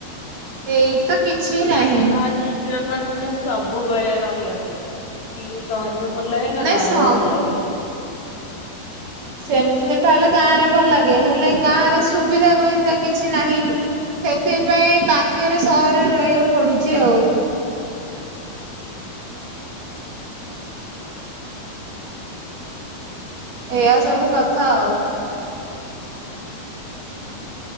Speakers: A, on the right; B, on the left.
A: ଏଇଠି ତ କିଛି ନାହିଁ।
B: ନାଇଁ ଆଜ୍ ୟୁଜୁଆଲ ମାନେ ସବୁବେଳେ ରହିବା ପାଇଁ ଏଠି ସହରରେ ଭଲ ଲାଗେ ନା
A: ନାଇଁ
B: ଗାଁ
A: ସବୁ
B: ରେ ଭଲ ଲାଗେ।
A: ସେମିତିରେ ତାହେଲେ ଗାଁ ରେ ଭଲ ଲାଗେ ହେଲେ ଗାଁ ରେ ସୁବିଧା ପାଇଁ ତ କିଛି ନାହିଁ। ସେଥିପାଇଁ ବାଧ୍ୟରେ ସହରରେ ରହିବାକୁ ପଡୁଛି ଆଉ। ଏଆ ସବୁ କଥା ଆଉ।